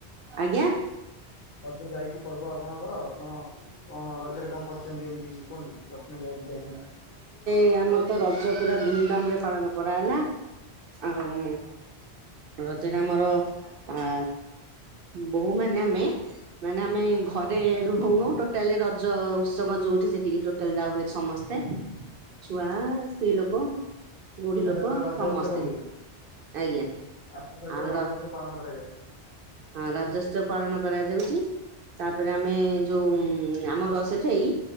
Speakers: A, on the right (about 60°); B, on the left (about 60°).
A: ଆଜ୍ଞା
B: ମଧ୍ୟ ଯାଇଛି ପର୍ବ ଆପଣଙ୍କର ଆପଣ କଣ ରଜରେ କଣ କରିଛନ୍ତି ଏମିତି କୁହନ୍ତୁ? <unintelligible> ଯାଇ ଯାଇଛନ୍ତି?
A: <unintelligible> ରଜପୁରା ପାଳନ କରାଗଲା ଆଉ ରଜରେ ଆମର ଆ, ବୋହୂ ମାନେ ଆମେ ମାନେ ଆମେ ଘରେ ରହୁନୁ, ଟୋଟାଲ ରଜ ଉତ୍ସବ ଯୋଉଠି, ସେଠିକି ଟୋଟାଲ ଯାଉ ଭାରି ସମସ୍ତେ ଛୁଆ, ସ୍ତ୍ରୀ ଲୋକ, ବୁଢୀ
B: ଆ
A: ଲୋକ
B: ସେତେବେଳେ ରଜ
A: ସମସ୍ତେ।
B: ଉତ୍ସବ ହୁଏ
A: ଆଜ୍ଞା।
B: ଆପଣଙ୍କ ଆଡେତ
A: ଆଉ
B: ରଜ
A: ର
B: ଉତ୍ସବ ପାଳନ କରାଯାଏ।
A: ହଁ ରଜୋତ୍ସବ ପାଳନ କରାଯାଉଛି, ତାପରେ ଆମେ ଯୋଉ
B: ଆଜ୍ଞା
A: ଆମ ର ସେଠେଇ,